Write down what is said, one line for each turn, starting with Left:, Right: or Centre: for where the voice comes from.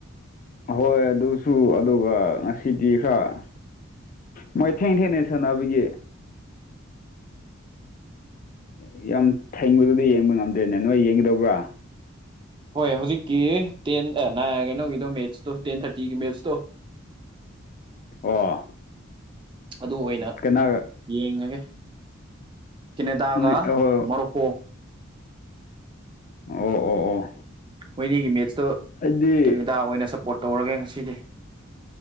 Left: ꯍꯣꯏ ꯑꯗꯨꯁꯨ ꯑꯗꯨꯒ ꯉꯁꯤꯗꯤ ꯈꯔ ꯃꯣꯏ ꯊꯦꯡ ꯊꯦꯡꯅ ꯁꯥꯟꯅꯕꯒꯤ꯫ ꯎ ꯌꯥꯝ ꯊꯦꯡꯕꯗꯨꯗꯤ ꯌꯦꯡꯕ ꯉꯝꯗꯦꯅꯦ ꯅꯣꯏ ꯌꯦꯡꯒꯗꯧꯕ꯭ꯔꯥ꯫
Right: ꯍꯣꯏ ꯍꯧꯖꯤꯛꯀꯤ ꯇꯦꯟ ꯅꯥꯏ ꯑ ꯀꯩꯅꯣꯒꯤꯗꯣ ꯃꯦꯠꯁꯇꯣ ꯇꯦꯟ ꯊꯥꯔꯇꯤꯒꯤ ꯃꯦꯠꯁꯇꯣ꯫
Left: <inaudible> ꯑꯣ꯫
Right: ꯑꯗꯨ ꯑꯣꯏꯅ
Left: ꯀꯅꯥꯒ
Right: ꯌꯦꯡꯉꯒꯦ ꯀꯦꯅꯦꯗꯥꯒ
Left: ꯍꯣꯏ ꯑꯣ
Right: ꯃꯣꯔꯣꯛꯀꯣ꯫
Left: ꯑꯣ ꯑꯣ ꯑꯣ꯫
Right: ꯃꯣꯏꯅꯤꯒꯤ ꯃꯦꯠꯁꯇꯣ
Left: ꯑꯩꯗꯤ
Right: ꯀꯦꯅꯦꯗꯥ ꯑꯣꯏꯅ ꯁꯞꯄꯣꯔꯠ ꯇꯧꯔꯒꯦ ꯉꯁꯤꯗꯤ꯫